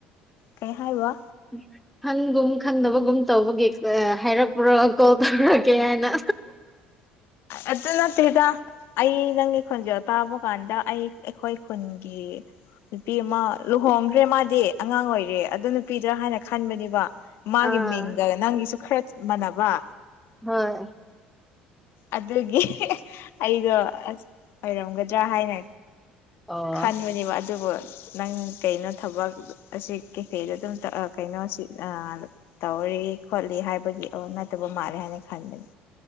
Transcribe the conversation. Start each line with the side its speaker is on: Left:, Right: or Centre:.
Left: ꯀꯩ ꯍꯥꯏꯕ
Centre: <inaudible> ꯈꯪꯒꯨꯝ ꯈꯪꯗꯕꯒꯨꯝ ꯇꯧꯕꯒꯤ ꯑꯥ ꯍꯥꯏꯔꯛꯄ꯭ꯔꯣ ꯀꯣꯜ ꯇꯧꯔꯛꯀꯦ ꯍꯥꯏꯅ
Left: ꯑꯗꯨ ꯅꯠꯇꯦꯗ ꯑꯩ ꯅꯪꯒꯤ ꯈꯨꯟꯖꯦꯜ ꯇꯥꯕ ꯀꯥꯟꯗ ꯑꯩ ꯑꯩꯈꯣꯏ ꯈꯨꯟꯒꯤ ꯅꯨꯄꯤ ꯑꯃ ꯂꯨꯍꯣꯡꯈꯒꯔꯦ ꯃꯥꯗꯤ ꯑꯉꯥꯡ ꯑꯣꯏꯔꯤ ꯑꯗꯨ ꯅꯨꯄꯤꯗ꯭ꯔꯥ ꯍꯥꯏꯅ ꯈꯟꯕꯅꯦꯕ ꯃꯥꯒꯤ
Centre: ꯑꯥ
Left: ꯃꯤꯡꯒ ꯅꯪꯒꯁꯨ ꯈꯔ ꯃꯥꯟꯅꯕ
Centre: ꯍꯣꯏ
Left: ꯑꯗꯨꯒꯤ ꯑꯩꯗꯣ ꯑꯣꯏꯔꯝꯒꯗ꯭ꯔꯥ ꯍꯥꯏꯅ
Centre: ꯑꯣ
Left: ꯈꯟꯕꯅꯦꯕ
Centre: ꯑꯣ
Left: ꯑꯗꯨꯕꯨ ꯅꯪ ꯀꯩꯅꯣ ꯊꯕꯛ ꯑꯁꯤ ꯀꯩꯀꯩꯗ ꯑꯗꯨꯝ ꯇꯛꯑ ꯀꯩꯅꯣ ꯑꯁꯤ ꯑꯥ ꯇꯧꯔꯦ ꯈꯣꯠꯂꯦ ꯍꯥꯏꯕꯒꯤ ꯑꯣ ꯅꯠꯇꯕ ꯃꯥꯜꯂꯦ ꯍꯥꯏꯅ ꯈꯟꯕꯅꯤ